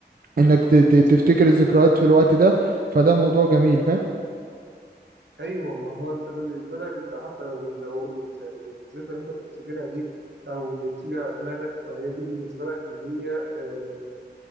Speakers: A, on the right; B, on the right.
A: انك ت- ت- تفتكر
B: ايوه
A: الذكريات
B: ما
A: في الوقت ده فده موضوع جميل فاهم
B: ايوه ما هو انت بالنسبه لك انت حتى لو لو انت الذكرى اللي انت بتفتكرها دي او اللي بتيجي على دماغك فهي دي بالنسبه لك اللي هي آه